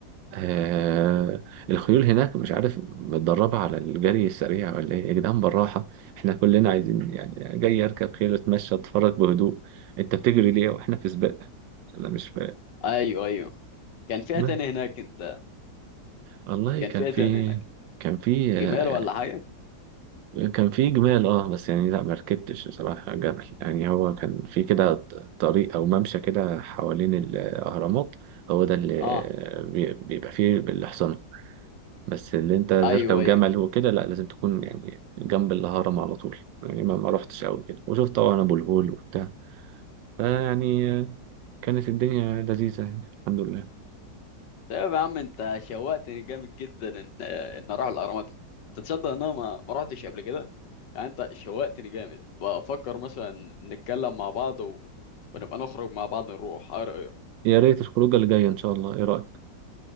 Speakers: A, on the right (about 85°); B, on the left (about 75°).
A: آه الخيول هناك مش عارف متدربة على الجري السريع ولا ايه يا جدعان بالراحة احنا كلنا عايزين يعني جاي اركب خيل اتمشى اتفرج بهدوء انت بتجري ليه واحنا في سباق انا مش فاهم
B: أيوة أيوة كان فيها
A: بس.
B: تاني هناك أنت
A: والله
B: كان
A: كان
B: فيها
A: في
B: تاني هناك
A: كان في آه،
B: جمال ولا حاجه
A: كان في جمال اه بس يعني لا ما ركبتش بصراحة جبل يعني هو كان في كده طريق او ممشى كده حوالين الاهرامات هو ده اللي
B: اه
A: بي- بيبقى فيه الحصان بس اللي انت تركب
B: ايوه ايوه
A: جمل وكده لا لازم تكون يعني جنب الهرم على طول يعني ما ما رحتش قوي كده وشفت طبعا ابو الهول وبتاع فيعني آه، كانت الدنيا لذيذة يعني الحمد لله
B: طيب يا عم انت شوقتني جامد جدا ان ان اروح الاهرامات انت تصدق ان انا ما ما رحتش قبل كده يعني انت شوقتني جامد بفكر مثلا نتكلم مع بعض و... ونبقى نخرج مع بعض نروح ايه رايك
A: يا ريت الخروجة اللي جاية ان شاء الله ايه رأيك